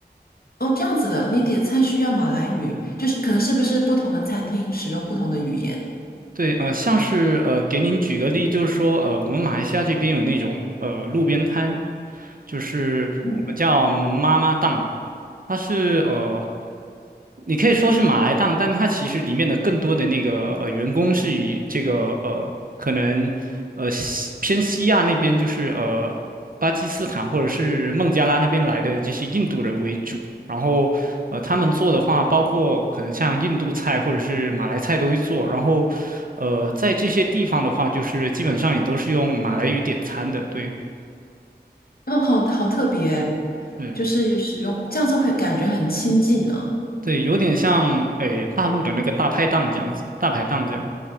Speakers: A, on the left; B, on the right.
A: 哦，这样子的，你点菜需要马来语，就是可能是不是不同的餐厅使用不同的语言？
B: 对，呃，像是呃，给您举个例，就是说，呃，我们马来西亚这边有那种呃路边摊，就是我们叫妈妈档，
A: 嗯，
B: 它是呃，你可以说是马来档，但它其实里面的更多的那个呃员工是以这个呃可能。呃。偏西亚那边就是呃巴基斯坦或者是孟加拉那边来的这些印度人为主，然后呃他们做的话，包括可能像印度菜或者是马来菜都会做，然后呃在这些地方的话，就是基本上也都是用马来语点餐的，对，
A: 哦，好好特别，
B: 嗯，
A: 就是使用这样子会感觉很亲近呢。
B: 对，有点像诶大陆的那个大排档这样子，大排档这样，